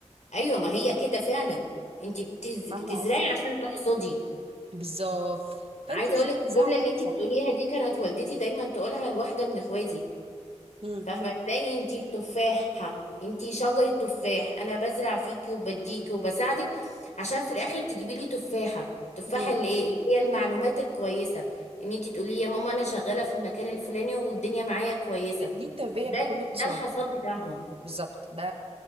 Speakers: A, on the left (about 80°); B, on the right (about 55°).
A: ايوه ما هي كده فعلا انت بتز...
B: فاهمه
A: بتزرعي
B: قصدي
A: عشان تحصدي
B: بالظبط فانت
A: عايزه اقول لك الجمله
B: الزرعه بتاعتك
A: اللي انت
B: صح
A: بتقوليها دي كانت والدتي دايما تقولها لواحده من اخواتي
B: مم.
A: فاهمة ازاي انتي التفاحة انتي شجرة تفاح انا بزرع فيكي وبديكي وبساعدك عشان في الاخر تجيبي لي تفاحة تفاحة
B: مم.
A: اللي ايه اللي هي المعلومات الكويسة ان انتي تقولي يا ماما انا شغالة في المكان الفلاني والدنيا معايا كويسة
B: دي التربية
A: ده
B: بكل اختصار
A: ده الحصاد بتاعهم
B: بالظبط ده